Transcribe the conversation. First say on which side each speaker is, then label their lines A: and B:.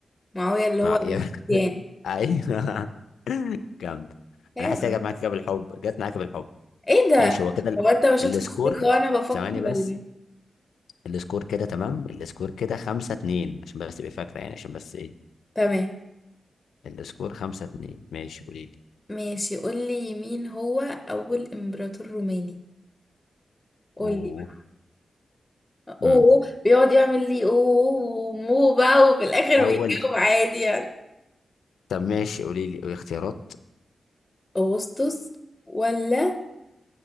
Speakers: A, on the left (about 20°); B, on the left (about 85°).
A: معاوية اللي
B: مع...
A: هو المسيان
B: <laughs> أيوه جامد
A: ايوه
B: أنا حاسس إنها جت معاك كده بالحب جت معاك بالحب
A: ايه ده
B: ماشي هو كده
A: هو انت ما شفتش
B: ال- السكور
A: الثقة وانا بفكر
B: ثواني
A: ولا
B: بس
A: ايه
B: السكور كده تمام السكور كده خمسة اتنين عشان بس تبقى فاكرة يعني عشان بس إيه
A: تمام
B: السكور خمسة اتنين ماشي قولي لي
A: ماشي قولي مين هو أول إمبراطور روماني قولي
B: أوه.
A: بقى اوه أوه،
B: أمم.
A: بيقعد يعمل لي اوه أوه، مو بقى وفي الآخر
B: أول
A: بيجاوب عادي يعني
B: طب ماشي قولي لي اختيارات
A: أغسطس ولا